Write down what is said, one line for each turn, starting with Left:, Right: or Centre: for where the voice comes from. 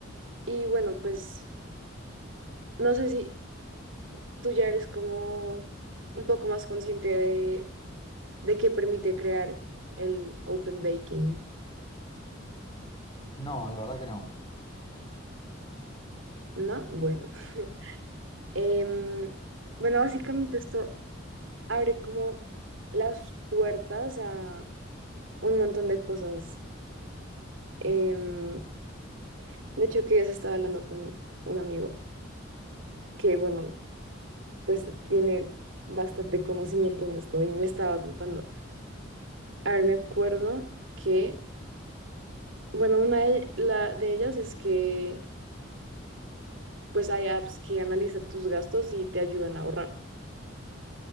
Right: y bueno, pues no sé si tú ya eres como un poco más consciente de, de qué permite crear el Open Baking,
Left: No, la verdad que no.
Right: ¿no? Bueno. <laughs> Em, bueno, básicamente esto abre como las puertas a un montón de cosas. Em, de hecho, que ya se estaba hablando con un amigo que, bueno, pues tiene bastante conocimiento en esto y me estaba contando. A ver, me acuerdo que, bueno, una de, la, de ellas es que, pues hay apps que analizan tus gastos y te ayudan a ahorrar.